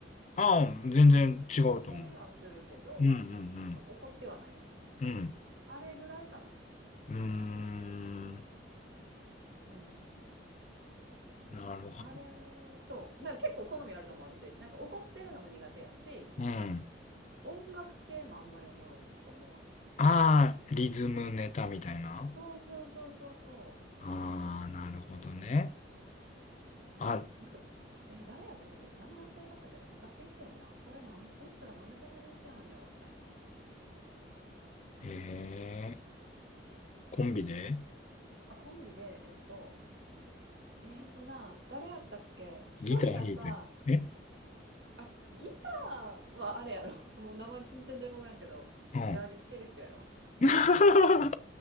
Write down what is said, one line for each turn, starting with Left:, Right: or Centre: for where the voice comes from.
Left: ああ、全然違うと思う。
Right: ツッコミはするけど、
Left: うん、うん、うん。
Right: なんか怒ってはないやん。
Left: うん。
Right: あれぐらいかな。
Left: うーん。
Right: うん。
Left: なるほど。
Right: あれ、そう。なんか結構好みあると思う、私。なんか怒ってるのも苦手やし、
Left: うん。
Right: 音楽系もあんまりおもろいと思わん。
Left: ああ、リズムネタみたいな。
Right: そうそうそうそうそ
Left: ああ、なるほどね。あ、
Right: う。なんか、え、誰やったっけちょっと名前忘れちゃったけど、昔いてんな。これなん、この人らなんでこんな人気なんやろみたいな。
Left: へえ、コンビで
Right: うんあ、コンビで、えっと、えっとな、誰やったっけ一人がさ、
Left: ギター弾いたり。え
Right: あ、ギターはあれやろ。<laughs> もう名前全然出てこないんけど、
Left: うん。
Right: ジャージ着てる人やろ。
Left: <laughs> ちょっ